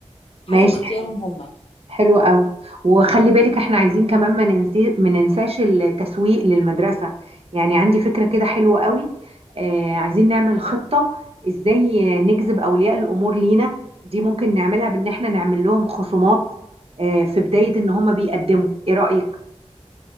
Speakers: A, on the left; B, on the right.
A: حسب
B: ماشي
A: اختيارهم هم
B: حلو قوي وخلي بالك احنا عايزين كمان ما ننسي ما ننساش التسويق للمدرسة يعني عندي فكرة كده حلوة قوي آه عايزين نعمل خطة ازاي نجذب اولياء الامور لينا دي ممكن نعملها بان احنا نعمل لهم خصومات آه في بداية ان هم بيقدموا ايه رأيك